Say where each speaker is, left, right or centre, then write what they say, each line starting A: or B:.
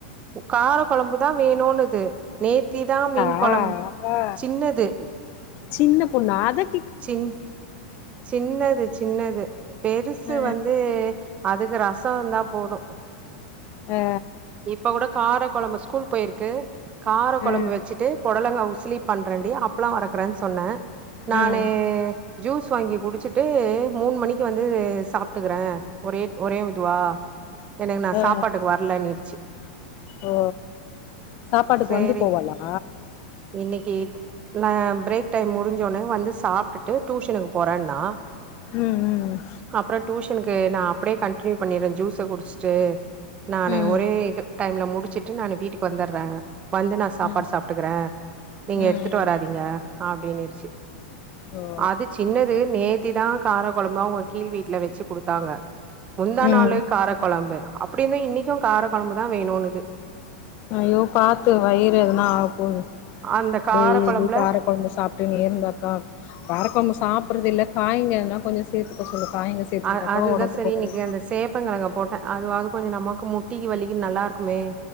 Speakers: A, on the right (about 25°); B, on the left (about 40°).
A: கார கொழம்புதா வேணுன்னுது நேத்திதா மீன்
B: ஆ
A: கொழம்
B: ஆ
A: சின்னது
B: சின்ன பொண்ணா அது
A: சின் சின்னது சின்னது பெருசு
B: ஆ
A: வந்து அதுக்கு ரச இருந்தா போது
B: ஆ
A: இப்ப கூட கார கொழம்பு ஸ்கூல் போயிருக்கு கார கொழம்பு
B: ஆ
A: வெச்சிட்டு புடலங்க உசிலி பண்றண்டி அப்பல்லா வறக்குறன் சொன்ன நானு
B: ஆ
A: ஜூஸ் வாங்கி குடிச்சிட்டு மூணு மணிக்கு வந்து சாப்ட்டுக்கிறே ஒரே ஒரே இதுவா எனக்கு நா
B: ஆ
A: சாப்பாட்டுக்கு வர்லனிடுச்சி
B: ஓ சாப்பாட்டுக்கு
A: சேரி
B: வந்து போவாலா
A: இன்னைக்கு வா பிரேக் டைம் முடிஞ்சோட்னே வந் ந்து சாப்டுட்டு டியூஷனுக்கு போறேனா
B: ம் ம்
A: அப்றோ டியூஷனுக்கு நா அப்டியே கண்டினியூ பண்ணிர்ரே ஜூஸ குடிச்சுட்டு நானு
B: ம்
A: ஒரே இது டைம்ல முடிச்சிட்டு நானு வீட்டுக்கு வந்தர்றே வந்து நா சாப்பாடு
B: ம்
A: சாப்ட்டுக்கிறே நீங்க
B: ம்
A: எடுத்துட்டு வராதிங்க அப்டினிடுச்சி
B: அ
A: அது சின்னது நேத்திதா கார கொழம்பு அவங்க கீழ் வீட்ல வெச்சி குடுத்தாங்க முந்தா
B: ம்
A: நாளே கார கொழம்பு அப்டி இருந்து இன்னிக்கு கார கொழம்பு தா வேணுனுது
B: ஐயோ பாத்து வயிறு எதுனா ஆகப்போது
A: அந்த கார
B: டெய்லி
A: கொழம்புல
B: கார கொழம்ப சாப் டின் இருந்தாக்கா காரக்கொழம்பு சாப்பட்றது இல்ல காயங்கெதனா கொஞ்ச சேத்துக்க சொல்லு காய்ங்க சேத்துக்கிட்டாக்கா
A: அ அதுதா
B: ஒடம்புக்கு
A: செரி
B: கொஞ்சோ
A: இன்னிக்கு அந்த சேப்பங்கெழங்க போட்டே அதுவாவது கொஞ்ச நமக்கு முட்டிக்கு வலி நல்லா இருக்குமே